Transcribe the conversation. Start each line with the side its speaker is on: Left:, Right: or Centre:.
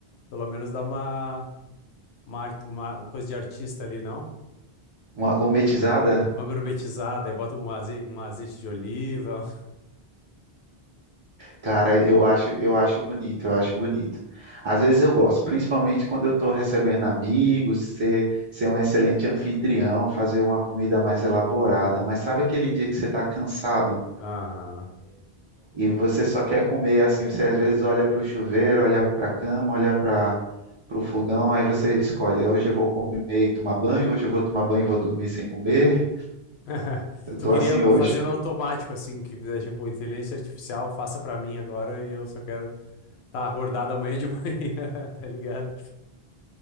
Left: pelo menos, dar uma, uma, arte- uma coisa de artista ali, não?
Right: Uma gourmetizada?
Left: Uma gourmetizada, aí bota um aze- um azeite de oliva.
Right: Cara, eu acho, eu acho bonito, eu acho bonito. Às vezes eu gosto, principalmente quando eu estou recebendo amigos, ser, ser um excelente anfitrião, fazer uma comida mais elaborada. Mas sabe aquele dia que você está cansado
Left: Aham.
Right: e você só quer comer assim? Você às vezes olha para o chuveiro, olha para a cama, olha para o fogão, aí você escolhe: hoje eu vou comer e tomar banho, hoje eu vou tomar banho e vou dormir sem comer.
Left: <laughs>
Right: Eu estou
Left: Tu queria
Right: assim hoje.
Left: fazer no automático, assim, que fizesse, tipo, inteligência artificial, faça pra mim agora e eu só quero estar tá acordado amanhã de <laughs> manhã, tá ligado?